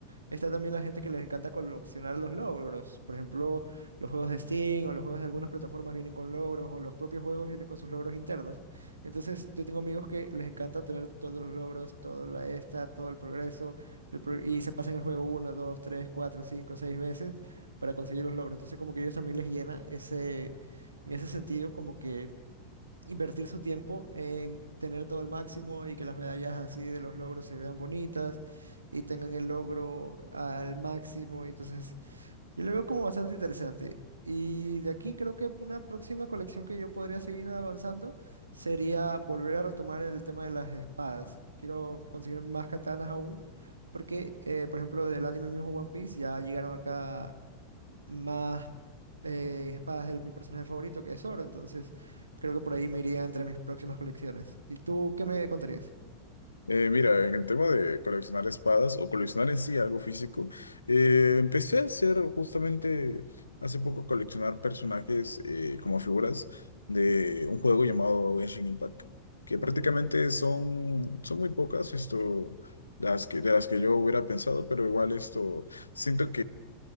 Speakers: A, on the right (about 75°); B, on the left (about 80°).
A: Está también la gente que les encanta coleccionar los logros. Por ejemplo, los juegos de Steam o los juegos de algunas plataformas vienen con logros o los propios juegos vienen con sus logros internos. Entonces, yo tengo amigos que les encanta tener todos los logros, toda la esta, todo el progreso, el pro- Y se pasan el juego una 2 3 4 5 6 veces para conseguir los logros. Entonces como que a ellos también les llena ese, en ese sentido, como que invertir su tiempo en tener todo al máximo y que las medallas así de los logros se vean bonitas y tengan el logro al máximo. Y entonces yo lo veo como bastante interesante. Y de aquí creo que una próxima colección que yo podría seguir avanzando sería volver a retomar el tema de las espadas. Quiero conseguir más katanas aún, porque, eh, por ejemplo, del anime mismo One Piece ya llegaron acá más eh, espadas de mi personaje favorito, que es Zoro. Entonces, creo que por ahí me iría entre mis próximas colecciones. ¿Y tú qué me contarías?
B: Eh, mira, en el tema de coleccionar espadas o coleccionar en sí algo físico, eh, empecé a hacer justamente hace poco coleccionar personajes eh, como figuras de un juego llamado Genshin Impact, que prácticamente
A: Ujú.
B: son, son muy pocas esto, las que, de las que yo hubiera pensado, pero igual esto siento